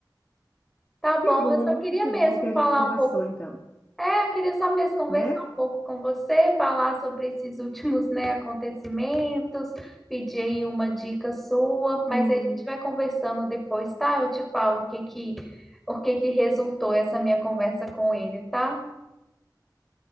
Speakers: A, in the centre; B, on the left.
A: Tá bom,
B: Que bom,
A: eu só queria
B: que
A: mesmo
B: bom que a
A: falar
B: gente conversou
A: um pouco.
B: então,
A: É, eu queria só mesmo conversar
B: né?
A: um pouco com você, falar sobre esses últimos, né, acontecimentos, pedir aí uma dica sua, mas
B: Sim,
A: aí a gente vai conversando depois, tá? Eu te falo o que que, o que que resultou essa minha conversa com ele, tá?